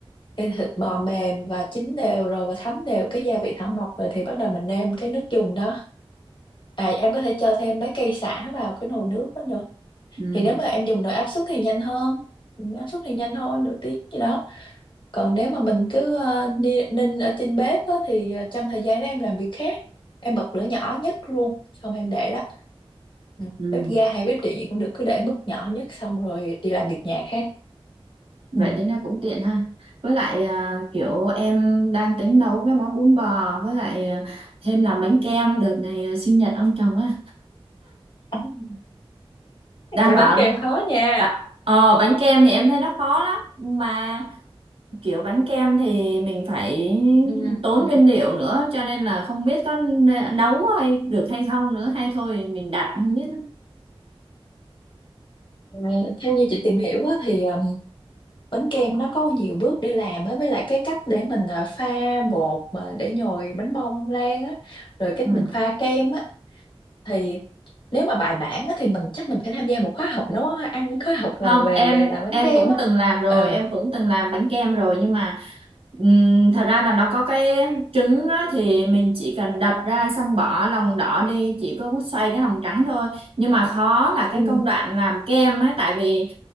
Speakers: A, on the left; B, on the right.
A: thì thịt bò mềm và chín đều rồi và thấm đều cái gia vị thảo mộc rồi thì bắt đầu mình nêm cái nước dùng đó à em có thể cho thêm mấy cây sả vào cái nồi nước đó nữa
B: ừ,
A: thì nếu mà em dùng nồi áp suất thì nhanh hơn Ừ, áp suất thì nhanh thôi nửa tiếng gì đó còn nếu mà mình cứ ờ, ni- ninh ở trên bếp á, thì ờ, trong thời gian đó em làm việc khác em bật lửa nhỏ nhất luôn xong em để đó Ừ,
B: ừ.
A: bếp ga hay bếp điện gì cũng được cứ để mức nhỏ nhất xong rồi đi làm việc nhà khác
B: vậy
A: ừ.
B: tính ra cũng tiện ha với lại à, kiểu em đang tính nấu cái món bún bò với lại à, thêm làm bánh kem đợt này à, sinh nhật ông chồng á
A: <laughs>
B: đang
A: Ê,
B: bảo
A: bánh kem khó nha
B: à, ờ bánh kem thì em thấy nó khó lắm mà kiểu bánh kem thì mình phải
A: Ừ.
B: tốn nguyên liệu nữa cho nên là không biết có nấu hay được hay không nữa hay thôi mình đặt không biết nữa
A: Ờ, Theo như chị tìm hiểu á, thì um, bánh kem nó có nhiều bước để làm á, với lại cái cách để mình ờ, pha bột mà để nhồi bánh bông lan á, rồi cách
B: ừ.
A: mình pha kem á. thì nếu mà bài bản á, thì mình chắc mình phải tham gia một khóa học nấu ăn khóa học làm
B: không
A: về
B: em
A: về làm bánh
B: em
A: kem
B: cũng
A: á
B: từng làm rồi
A: ờ
B: em cũng từng làm bánh kem rồi nhưng mà ừm, thật ra là nó có cái trứng á, thì mình chỉ cần đập ra xong bỏ lòng đỏ đi chỉ có xoay cái lòng trắng thôi nhưng mà khó là cái
A: Ừ.
B: công đoạn làm kem á tại vì